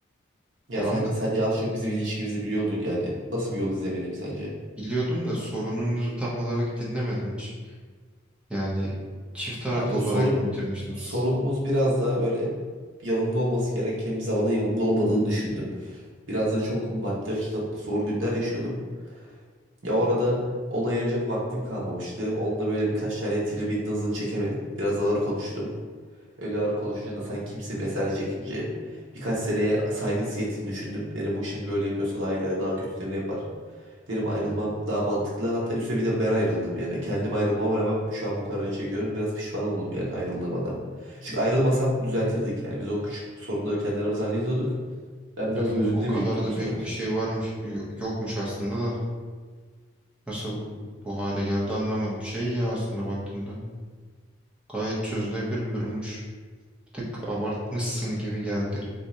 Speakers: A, on the right; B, in the centre.
A: ya
B: <laughs> Ya
A: sence
B: ama
A: sen de az çok bizim ilişkimizi biliyordun yani. Nasıl bir yol izlemeliyim sence?
B: biliyordum da sorununuzu tam olarak dinlemedim hiç. Yani çift taraflı
A: Kanka
B: olarak
A: sorun
B: mı bitirmiştiniz?
A: sorunumuz biraz daha böyle yanımda olması gereken bir zamanda yanımda olmadığını düşündüm. Biraz da çok maddi açıdan zor günler yaşıyordum. Ya orada ona ayıracak vaktim kalmamıştı. Onda böyle birkaç tane tribin hızını çekemedim. Biraz ağır konuştum. Öyle ağır konuşunca da sen kimsin vesaire çekince birkaç seneye saygısı yettiğini düşündüm. Dedim bu şimdi böyle yapıyorsa daha ileride daha kötülerini yapar. Dedim
B: Hmm.
A: ayrılmam daha mantıklı. Hatta üstüne bir de ben ayrıldım yani. Kendim ayrılmama rağmen şu an bu kararı çekiyorum. Biraz pişman oldum yani ayrıldığıma da. Çünkü ayrılmasam düzeltirdik yani. Biz o küçük sorunları kendi aramızda hallediyorduk. Ben biraz
B: Yani
A: gözümde
B: o kadar
A: büyüttüm
B: da
A: bu sefer.
B: büyük bir şey varmış, yo- yokmuş aslında da. Nasıl bu hale geldi anlamadım. Şey ya aslında baktığında gayet çözülebilir bir durummuş. Bir tık abartmışsın gibi geldi.